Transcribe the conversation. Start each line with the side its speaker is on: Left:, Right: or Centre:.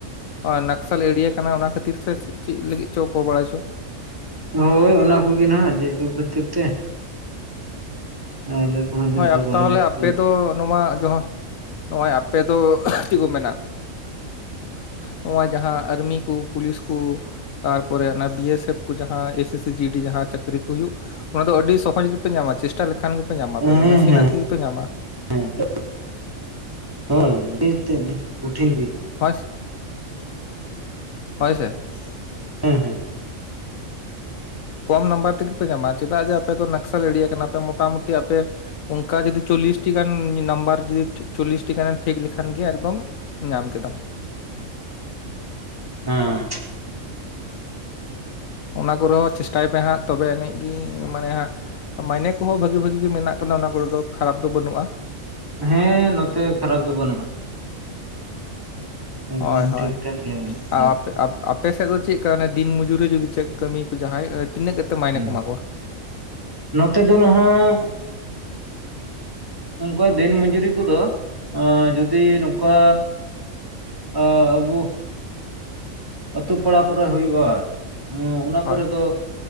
Left: ᱱᱚᱶᱟ ᱱᱟᱠᱥᱟᱞᱤ ᱮᱲᱤᱭᱟ ᱠᱟᱱᱟ ᱚᱱᱟ ᱠᱷᱟᱹᱛᱤᱨ ᱛᱮ ᱥᱮ ᱪᱤᱜ ᱞᱟᱹᱜᱤᱫ ᱪᱚ ᱚᱠᱚᱵᱟᱲᱟᱭ ᱪᱚ᱾
Right: ᱦᱳᱭ ᱚᱱᱟ ᱠᱩ ᱜᱤ ᱱᱟᱜ ᱛᱮᱫ ᱠᱩ ᱠᱷᱟᱹᱛᱤᱨ ᱛᱮ᱾ ᱟᱞᱮ ᱠᱚᱦᱚᱸ ᱤᱱᱟᱹᱜ
Left: ᱦᱚᱭ
Right: ᱫᱚ ᱵᱟᱝᱞᱮ
Left: ᱛᱟᱦᱚᱞᱮ
Right: ᱴᱷᱤᱠᱟᱹᱣ
Left: ᱟᱯᱮ ᱫᱚ ᱱᱚᱣᱟ ᱡᱚᱦᱟᱸᱼᱼ ᱱᱚᱜ-ᱚᱭ ᱟᱯᱮ ᱫᱚ ᱪᱮᱜ ᱠᱚ ᱢᱮᱱᱟᱼᱼ ᱱᱚᱜ-ᱚᱭ ᱡᱟᱦᱟᱸ ᱟᱹᱨᱢᱤ ᱠᱩ ᱯᱩᱞᱤᱥ ᱠᱩᱼᱼ ᱛᱟᱨᱯᱚᱨᱮ ᱚᱱᱟ ᱵᱤᱭᱮ ᱥᱮᱯᱷ ᱠᱤ ᱡᱟᱦᱟᱸ ᱮᱥᱮᱥ ᱥᱤ ᱡᱤ ᱰᱤ ᱡᱟᱦᱟᱸ ᱪᱟᱹᱠᱨᱤ ᱠᱩ ᱦᱩᱭᱩᱜᱼᱼ ᱚᱱᱟ ᱫᱚ ᱟᱹᱰᱤ ᱥᱚᱦᱚᱡᱽ ᱨᱤᱯᱮ ᱧᱟᱢᱟ ᱪᱮᱥᱴᱟ ᱞᱮᱠᱷᱟᱱ ᱜᱮᱯᱮ ᱧᱟᱢᱟ
Right: ᱦᱮᱸ
Left: ᱟᱯᱮ ᱫᱚ ᱱᱟᱹᱥᱤ
Right: ᱦᱮᱸ
Left: ᱱᱟᱜ ᱛᱤᱜᱤ ᱯᱮ ᱧᱟᱢᱟ᱾
Right: ᱦᱮᱸ <inaudible> ᱦᱚᱭ ᱟᱹᱰᱤ ᱛᱮᱜ ᱟᱹᱰᱤ ᱠᱩᱴᱷᱤᱱ ᱜᱤ᱾᱾
Left: ᱦᱚᱭ ᱥᱮ ᱦᱚᱭ ᱥᱮ ᱾
Right: ᱦᱮᱸ ᱦᱩᱸ᱾
Left: ᱠᱚᱢ ᱱᱟᱢᱵᱟᱨ ᱛᱤᱜᱤ ᱯᱮ ᱧᱟᱢᱟ ᱪᱮᱫᱟᱜ ᱡᱮ ᱟᱯᱮ ᱫᱚ ᱱᱟᱠᱥᱚᱲ ᱮᱲᱤᱭᱟ ᱠᱟᱱᱟ ᱯᱮ ᱢᱚᱴᱟᱼᱢᱩᱴᱤ ᱟᱯᱮᱼᱼ ᱚᱝᱠᱟ ᱡᱩᱫᱤ ᱪᱚᱞᱞᱤᱥᱼᱼ ᱴᱤ ᱜᱟᱱ ᱧᱮ ᱱᱟᱢᱵᱟᱨ ᱡᱩᱫᱤ ᱴᱷᱤ ᱪᱚᱞᱞᱤᱥ ᱴᱤ ᱜᱟᱱᱮᱢ ᱯᱷᱮᱠ ᱞᱮᱠᱷᱟᱱ ᱜᱮ ᱮᱠᱫᱚᱢ ᱧᱟᱢ ᱠᱮᱫᱟᱢ᱾
Right: ᱦᱮᱸ᱾
Left: ᱚᱱᱟ ᱠᱚᱨᱮ ᱦᱚᱸ ᱪᱮᱥᱴᱟᱭ ᱯᱮ ᱦᱟᱸᱜ ᱛᱚᱵᱮ ᱟᱱᱤᱡ ᱜᱤ ᱢᱟᱱᱮ ᱦᱟᱸᱜᱼᱼ ᱢᱟᱭᱱᱮ ᱠᱩᱦᱚᱸ ᱵᱷᱟᱹᱜᱤ ᱵᱷᱟᱹᱜᱤ ᱜᱮ ᱢᱮᱱᱟᱜ ᱟᱠᱟᱫᱟ ᱚᱱᱟ ᱠᱚᱨᱮ ᱫᱚ ᱠᱷᱟᱨᱟᱯ ᱫᱚ ᱵᱟᱹᱱᱩᱜ-ᱟ᱾
Right: ᱦᱮᱸ ᱱᱚᱛᱮ ᱠᱷᱟᱨᱟᱯ ᱫᱚ ᱵᱟᱹᱱᱩᱜ-ᱟ᱾ ᱮᱠᱫᱚᱢ
Left: ᱦᱳᱭ ᱦᱳᱭ
Right: ᱴᱷᱤᱠ‌ ᱛᱮ ᱜᱮ ᱦᱩᱭᱩᱜ-ᱟ ᱚᱱᱟ
Left: ᱟ-
Right: ᱠᱩᱫᱚ᱾
Left: ᱟᱯᱮ ᱟᱯ- ᱟᱯᱮ ᱥᱮᱜ ᱫᱚ ᱪᱮᱜ ᱠᱟ ᱚᱱᱮ ᱫᱤᱱ ᱢᱚᱡᱩᱨᱤ ᱡᱩᱫᱤ ᱪᱮᱜ ᱠᱟᱹᱢᱤ ᱠᱩ ᱡᱟᱦᱟᱸᱭ ᱛᱤᱱᱟᱹᱜ ᱠᱟᱛᱮᱜ ᱢᱟᱭᱱᱮ
Right: ᱦᱮᱸ
Left: ᱠᱚ ᱮᱢᱟ ᱠᱚᱣᱟ?
Right: ᱱᱚᱛᱮ ᱫᱚ ᱱᱟᱦᱟᱸᱜᱼᱼ ᱚᱱᱠᱩᱭ ᱫᱤᱱ ᱢᱚᱸᱡᱩᱨᱤ ᱠᱩᱫᱚ ᱚᱸᱻ ᱡᱩᱫᱤ ᱱᱩᱝᱠᱟᱼ ᱟᱻᱟᱹᱵᱩ ᱟᱹᱛᱩ ᱯᱟᱲᱟ ᱠᱚᱨᱮ ᱦᱩᱭᱩᱜ-ᱟ᱾ ᱚᱸᱻ ᱚᱱᱟ
Left: ᱦᱳᱭ
Right: ᱠᱚᱨᱮ ᱫᱚ